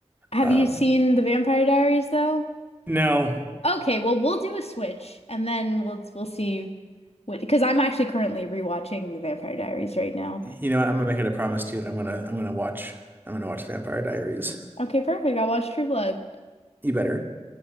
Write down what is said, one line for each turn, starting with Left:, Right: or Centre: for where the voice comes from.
Left: Have
Right: Um,
Left: you seen the Vampire Diaries though?
Right: no,
Left: Okay, well we'll do a switch, and then we'll we'll see what because I'm actually currently rewatching the Vampire Diaries right now.
Right: you know what? I'm gonna make it a promise to you that I'm gonna I'm gonna watch I'm gonna watch Vampire Diaries.
Left: Okay, perfect. I'll watch True Blood.
Right: You better.